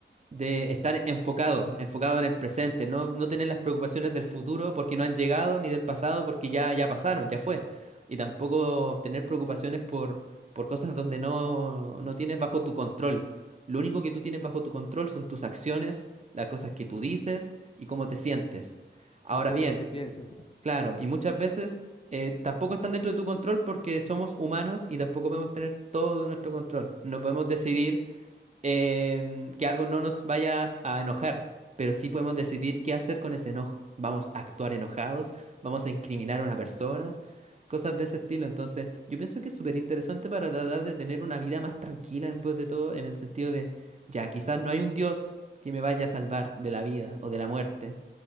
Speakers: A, on the right; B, on the left.
A: de estar enfocado, enfocado en el presente, no, no tener las preocupaciones del futuro porque no han llegado, ni del pasado porque ya, ya pasaron, ya fue. Y tampoco tener preocupaciones por, por cosas donde no, no tienes bajo tu control. Lo único que tú tienes bajo tu control son tus acciones, las cosas que tú dices y cómo te sientes. Ahora
B: Y tú
A: bien,
B: lo que piensas.
A: claro, y muchas veces eh, tampoco están dentro de tu control porque somos humanos y tampoco podemos tener todo nuestro control. No podemos decidir em, que algo no nos vaya a enojar, pero sí podemos decidir qué hacer con ese enojo. Vamos a actuar enojados, vamos a incriminar a una persona, cosas de ese estilo. Entonces, yo pienso que es súper interesante para tratar de tener una vida más tranquila después de todo, en el sentido de, ya, quizás no hay un Dios que me vaya a salvar de la vida o de la muerte